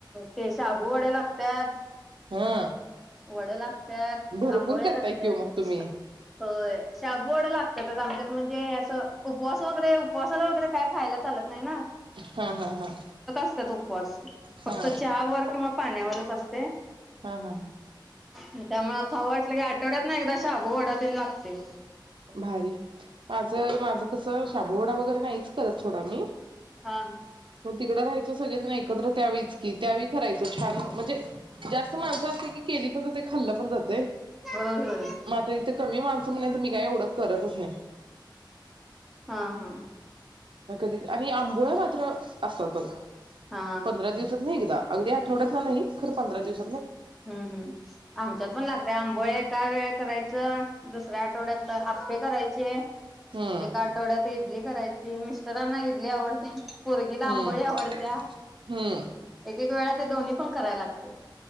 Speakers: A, in the centre; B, on the right.
A: ते शाबू वडे लागत्यात
B: हा
A: पडल हा त्यात
B: भरपूर
A: आंबोळ्या
B: करताय
A: लागत्यात.
B: कि ओ मग तुम्ही.
A: होय शाबूवडे लागत्यातच आमच्यात म्हणजे अस उपवास वगैरे उपवासाला वगैरे काय खायला चालत नाही ना.
B: हा हा हा
A: त्यात उपवास
B: हा
A: फक्त चहा वर किंवा पाण्यावरच असते
B: हा हा हा.
A: त्यामुळे खाऊ वाटलं की आ आठवड्यातनं एकदा शाबू वडा तरी लागतय
B: भारी माझं माझं कसं शाबूवडा वगैरे नाहीच करत सोडा मी
A: हा हा
B: तिकडं राहायचो सगळेजण एकत्र त्यावेळीच की त त्यावेळी करायचो छान म्हणजे जास्त माणसं असले की केली पण जाते खाल्लं पण जातं ते
A: होय होय
B: मग आता इथ कमी माणस म्हणल्यानंतर मी एवढ करतच नाही.
A: हा हा
B: म कधी आणि आंबोळ्या मात्र असतात बघा
A: हा
B: पंधरा दिवसात न एकदा अगदी आठवड्यात न नई खरं पंधरा दिवस
A: हम्म हम्म आमच्यात पण लागतय आंबोळ्या एका वेळ करायचं ह्या आठवड्यात आप्पे करायचे.
B: हम्म
A: एका आठवड्यात इडली करायची मिस तरांना इडली आवडते पोरगीला आंबोळी
B: हम्म
A: आवडत्या
B: हम्म
A: एक एक वेळा दोन्ही पण कराय लागतय.